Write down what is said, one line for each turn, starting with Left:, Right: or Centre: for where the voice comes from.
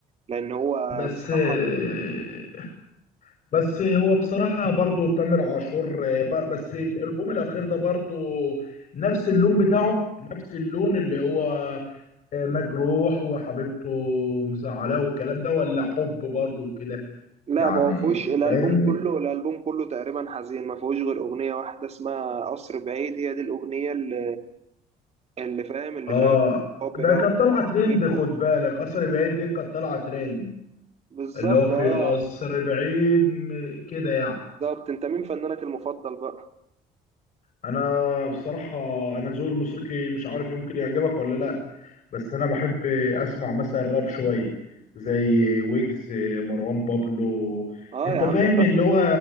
Right: لأن هو
Left: بس
Right: بصراحة
Left: آه، بس هو بصراحه برضو تامر عاشور آه، ب- بس الالبوم الاخير ده برضو نفس اللون بتاعه نفس اللون اللي هو آه، مجروح وحبيبته مزعلاه والكلام ده ولا حب برضو كده
Right: لا
Left: يعني
Right: ما هو فيهوش الألبوم
Left: فاهمني
Right: كله الألبوم كله تقريبا حزين ما فيهوش غير أغنية واحدة اسمها قصر بعيد هي دي الأغنية اللي اللي فاهم اللي
Left: اه
Right: فيها حب
Left: ده
Right: بقى
Left: كانت طالعه ترند
Right: وكده.
Left: خد بالك قصر بعيد دي كانت طالعه ترند
Right: بالظبط
Left: اللي هو في
Right: اه
Left: قصر بعيد م- كده يعني
Right: بالظبط أنت مين فنانك المفضل بقى؟
Left: انا بصراحه انا ذوقي الموسيقي مش عارف يمكن يعجبك ولا لا بس انا بحب اسمع مثلا راب شويه زي ويجز مروان بابلو
Right: اه
Left: انت
Right: يا عم
Left: فاهم اللي هو